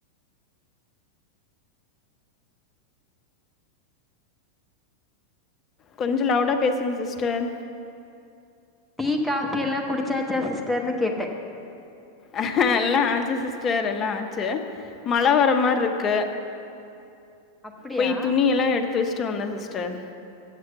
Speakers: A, on the left; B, in the centre.
A: கொஞ்ச லவுடா பேசுங்க சிஸ்டர்
B: டீ காஃபி எல்லா குடிச்சாச்சா சிஸ்டர்னு கேட்ட
A: ஆ எல்லா ஆச்சி சிஸ்டர் எல்லா ஆச்சி மழ வர மார்ருக்கு
B: அப்டியா
A: போய் துணியெல்லா எடுத்து வச்ட்டு வந்தே சிஸ்டர்